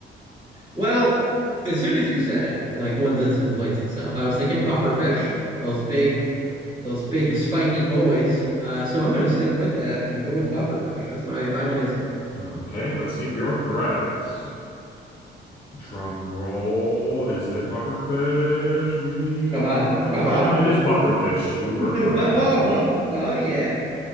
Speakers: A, on the right; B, on the left.
A: Well, as soon as you said it, like one that inflates itself, I was thinking pufferfish, those big, those big spiky boys. Uh, so I'm gonna stick with that and go with pufferfish. That's my final answer.
B: Okay, let's see if you're correct. Drum roll. Is it pufferfish? We
A: Come
B: are
A: on,
B: about
A: come
B: to find
A: on.
B: out. It is pufferfish. You were
A: <laughs>
B: correct.
A: oh
B: B.
A: oh, yeah.